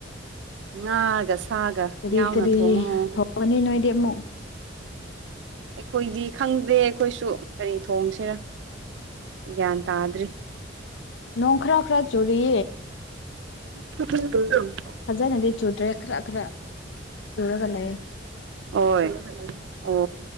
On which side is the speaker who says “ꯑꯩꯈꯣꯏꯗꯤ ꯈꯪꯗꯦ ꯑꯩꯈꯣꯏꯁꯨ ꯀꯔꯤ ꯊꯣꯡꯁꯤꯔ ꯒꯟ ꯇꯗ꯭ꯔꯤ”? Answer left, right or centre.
Right